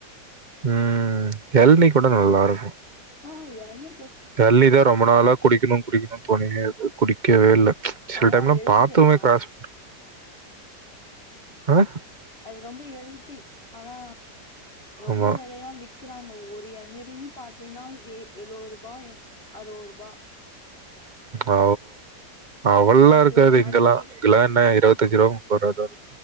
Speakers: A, on the right; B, on the left.
A: ம் எள்னி கூட நல்லாருக்கு
B: ஆ எள்னி
A: எள்னிதா ரொம்ப நாளா குடிக்கணு குடிக்கணுனு தோணினே இருக்கு குடிக்கவே இல்ல ச் சில
B: ஆனா
A: டைம்லாம்
B: அது ஹெல்த்தி
A: பார்த்தவுமே
B: தெரியுமா
A: கிராஸ் அ
B: அது ரொம்ப ஹெல்தி ஆனா ரொம்ப
A: ஆமா.
B: வெலையா விக் கிறாங்க ஒரு எளநிரின்னு பாத்தீங்ன்னா ஏ எழுவ ரூபா அறுவ ரூபா
A: ஓ அவளல்லா
B: காசு
A: இருக்காது
B: ஒரு நாளைக்கு
A: இங்கெல்லா இங்கெல்லா என்ன இருவத்தஞ்சு ரூபா முப்பது ரூவா தா இரு